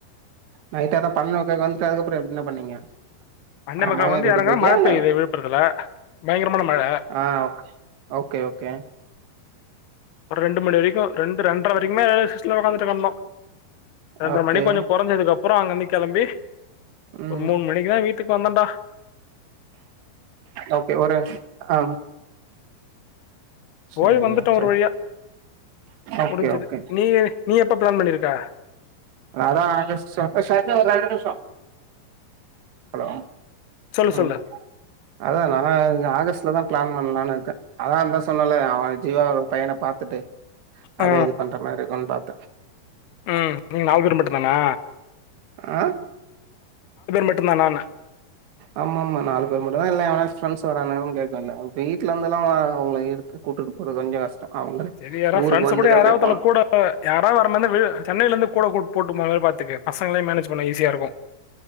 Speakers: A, on the right; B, on the left.
A: நைட் அதான் பன்னெண்டே முக்காக்கு வந்துட்டு அதுக்கப்புறம் என்ன பண்ணீங்க
B: பன்னெண்டே
A: ஆ
B: முக்காலுக்கு
A: மாமியார்
B: வந்து
A: வீட்டுக்கு
B: எறங்குறோ
A: போயிட்டியா
B: மழ
A: இல்ல
B: பெய்யுது விழுப்புரத்துல பயங்கரமான மழ
A: ஆ ஓகே ஓகே
B: அப்றோ ரெண்டு மணி வரைக்கும் ரெண்டு ரெண்டரை வரைக்குமே ரயில்வே ஸ்டேஷன்ல ஒக்காந்துட்டு கெடந்தோம் ரெண்ர
A: ஓகே
B: மணிக்கு கொஞ்சோ கொறஞ்சதுக்கு அப்புறோ அங்கந்து கெளம்பி
A: ம்
B: ஒரு மூணு மணிக்குதா வீட்டுக்கு வந்தேன்டா
A: ஓகே ஒரு ஆ சரியா
B: போய் வந்துட்டோம்
A: சரி
B: ஒரு வழியா
A: ஓகே
B: முடிஞ்சிது
A: ஓகே
B: நீ நீ எப் எப்ப பிளான் பண்ணியிருக்க.
A: அதான் ஆகஸ்ட் சொன் ஹலோ
B: சொல்லு
A: உம்
B: சொல்லு
A: அதான் நா இந்த ஆகஸ்ட் டுல தான் பிளான் பண்லாம்னு இருக்கேன் அதான் அதான் சொன்னல்ல அவ ஜீவான் ஒரு பையன பாத்துட்டு அப்டியே
B: ஆ
A: இது பண்ற மாரி இருக்கோன் பாத்
B: ம் நீங்க நாலு பேர் மட்டும் தானா
A: ஆஹ
B: மட்டும்தானான்ன
A: ஆமா ஆமா நாலு பேர் மட்டும் தான் இல்லனா எவனாது ஃப்ரெண்ட்ஸ் ஃப்ரெண்ட்ஸ் வரானுங்களானு கேக்க வந்தே வீட்டுல இருந்துல்லாம் அவுங்கள இழுத்து கூட்டிட்டு போறது கொஞ்சோ கஷ்டோ அவங்களே
B: சேரி யாராவது
A: ஊருக்கு
B: ஃப்ரெண்ட்ஸ்
A: வந்துட்டு
B: கூட
A: அப்டியே
B: யாராவது
A: போனு
B: தன்ன கூட யாராவது வாரா மாரி இந்தா வீ சென்னையில இருந்து கூட கூட் பூட்டுபோதே பாத்துக்க பசங்களையு மேனேஜ் பண்ண ஈஸியா இருக்கு